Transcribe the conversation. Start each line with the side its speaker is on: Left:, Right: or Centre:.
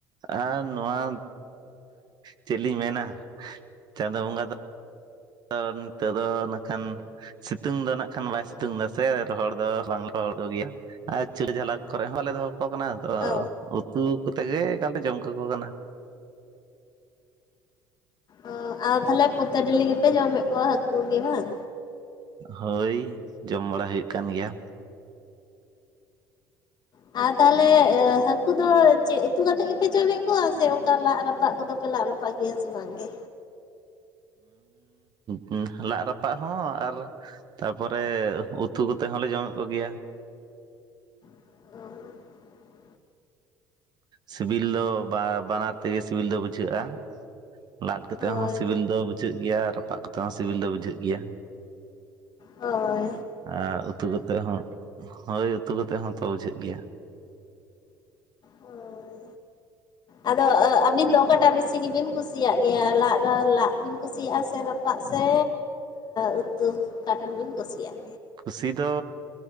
Right: ᱟᱨ ᱱᱚᱣᱟ ᱪᱮᱫ ᱞᱤᱧ ᱢᱮᱱᱟ ᱪᱟᱸᱫᱚ ᱵᱚᱸᱜᱟ ᱫᱚ ᱛᱚ ᱱᱤᱛᱚᱜ ᱫᱚ ᱱᱟᱜᱠᱷᱟᱱ ᱥᱤᱛᱩᱝ ᱫᱚ ᱱᱟᱜᱠᱷᱟᱱ ᱵᱟᱭ ᱥᱤᱛᱩᱝ ᱫᱟ ᱥᱮ ᱨᱚᱦᱚᱲ ᱫᱚ ᱵᱟᱝ ᱨᱚᱦᱚᱲ ᱠᱚᱜᱤᱭᱟ ᱟᱨ ᱪᱩᱞᱦᱟᱹ ᱡᱷᱟᱞᱟᱠ ᱠᱚᱨᱮ ᱦᱚᱸ ᱵᱟᱞᱮ ᱫᱚᱦᱚ ᱠᱚ ᱠᱟᱱᱟ ᱛᱚ
Left: ᱚ
Right: ᱛᱩ ᱠᱟᱛᱮ ᱜᱮ ᱮᱠᱟᱞ ᱞᱮ ᱡᱚᱢ ᱠᱟᱠᱚ ᱠᱟᱱᱟ᱾
Left: ᱚ ᱟᱨ ᱛᱟᱦᱞᱮ ᱯᱚᱛᱮ ᱰᱤᱞᱤ ᱜᱮᱯᱮ ᱡᱚᱢᱮᱜ ᱠᱚᱣᱟ ᱦᱟᱠᱩ ᱜᱮ ᱵᱟᱝ?
Right: ᱦᱳᱭ ᱡᱚᱢ ᱵᱟᱲᱟ ᱦᱩᱭᱩᱜ ᱠᱟᱱ ᱜᱮᱭᱟ᱾
Left: ᱟᱨ ᱛᱟᱦᱞᱮ ᱮᱸ ᱦᱟᱹᱠᱩ ᱫᱚ ᱪᱮᱫ ᱩᱛᱩ ᱠᱟᱛᱮᱫ ᱜᱮᱯᱮ ᱡᱚᱢᱮᱫ ᱠᱚᱣᱟ ᱥᱮ ᱚᱝᱠᱟ ᱞᱟᱜ ᱨᱟᱯᱟᱜ ᱠᱚᱫᱚ ᱯᱮ ᱞᱟᱫ ᱨᱟᱯᱟᱜ <unintelligible> ᱜᱮᱭᱟ ᱥᱮ ᱵᱟᱝ ᱜᱮ?
Right: ᱦᱩᱸᱻ ᱞᱟᱜ ᱨᱟᱯᱟᱜ ᱦᱚᱸ ᱟᱨ ᱛᱟᱨᱯᱚᱨᱮ ᱩᱛᱩ ᱠᱚᱛᱮᱫ ᱦᱚᱸᱞᱮ ᱡᱚᱢᱮᱫ ᱠᱚᱜᱮᱭᱟ᱾
Left: <inaudible>
Right: ᱥᱤᱵᱤᱞ ᱫᱚ ᱵᱟ ᱵᱟᱱᱟᱨ ᱛᱮᱜᱮ ᱥᱤᱵᱤᱞ ᱫᱚ ᱵᱩᱡᱷᱟᱹᱼᱟ᱾ ᱞᱟᱫ ᱠᱟᱛᱮ
Left: ᱦᱳᱭ
Right: ᱦᱚᱸ ᱥᱤᱵᱤᱞ ᱫᱚ ᱵᱩᱡᱷᱟᱹ ᱜᱮᱭᱟ ᱨᱟᱯᱟᱜ ᱠᱟᱛᱮ ᱦᱚᱸ ᱥᱤᱵᱤᱞ ᱫᱚ ᱵᱩᱡᱷᱟᱹ ᱜᱮᱭᱟ᱾
Left: ᱦᱳᱭ
Right: ᱟᱨ ᱩᱛᱩ ᱠᱟᱛᱮ ᱦᱚᱸ ᱦᱳᱭ ᱩᱛᱩ ᱠᱟᱛᱮ ᱦᱚᱸ ᱛᱚ ᱵᱩᱡᱷᱟᱹᱜ ᱜᱮᱭᱟ᱾
Left: ᱦᱳᱭ ᱟᱫᱚ ᱟᱹᱵᱤᱱ ᱫᱚ ᱚᱠᱟᱴᱟᱜ ᱵᱤᱥᱤ ᱜᱮᱵᱤᱱ ᱠᱩᱥᱤᱭᱟᱜ ᱜᱮᱭᱟ ᱞᱟᱫ ᱫᱚ ᱞᱟ ᱠᱩᱥᱤᱭᱟᱜᱼᱟ ᱥᱮ ᱨᱟᱯᱟᱜ ᱥᱮᱻ ᱱᱛᱩ ᱚᱠᱟᱴᱮᱱ ᱵᱤᱱ ᱠᱩᱥᱤᱭᱟᱼᱟ?
Right: ᱠᱩᱥᱤ ᱫᱚ